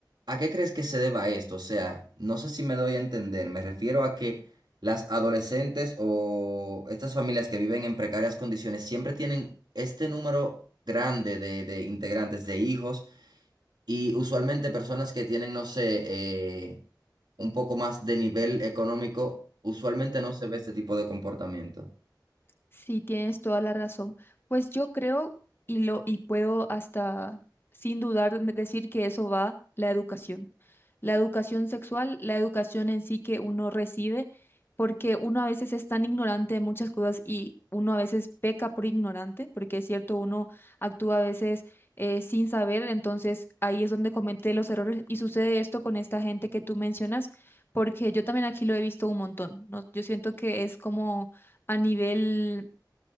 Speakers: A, on the right (about 70°); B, on the left (about 30°).
A: ¿A qué crees que se deba esto? O sea, no sé si me doy a entender, me refiero a que las adolescentes o estas familias que viven en precarias condiciones siempre tienen este número grande de, de integrantes, de hijos, y usualmente personas que tienen, no sé, eh, un poco más de nivel económico, usualmente no se ve este tipo de comportamiento.
B: Sí, tienes toda la razón. Pues yo creo y lo y puedo hasta sin dudar me- decir que eso va la educación. La educación sexual, la educación en sí que uno recibe, porque uno a veces es tan ignorante de muchas cosas y uno a veces peca por ignorante, porque es cierto, uno actúa a veces eh, sin saber, entonces ahí es donde comete los errores y sucede esto con esta gente que tú mencionas, porque yo también aquí lo he visto un montón, ¿no? Yo siento que es como a nivel